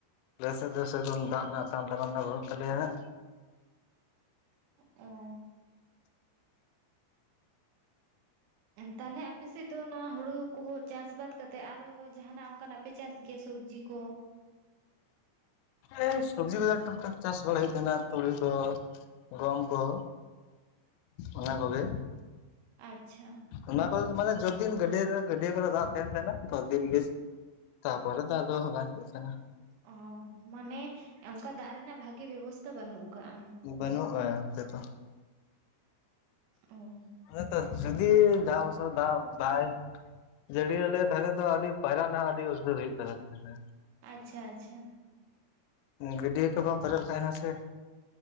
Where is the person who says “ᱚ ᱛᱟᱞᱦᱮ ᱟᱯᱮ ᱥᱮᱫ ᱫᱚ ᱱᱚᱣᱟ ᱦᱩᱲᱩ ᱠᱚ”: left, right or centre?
Right